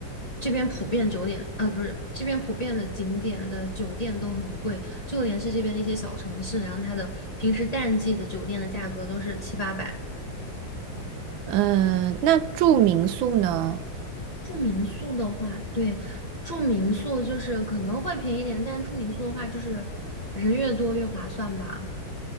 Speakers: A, on the left; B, on the right.
A: 这边普遍酒店，呃，不是，这边普遍的景点的酒店都很贵，就连是这边的一些小城市，然后它的平时淡季的酒店的价格都是七八百。
B: 嗯，那住民宿呢？
A: 住民宿的话，对，住民宿就是可能会便宜点，但是住民宿的话，就是人越多越划算吧。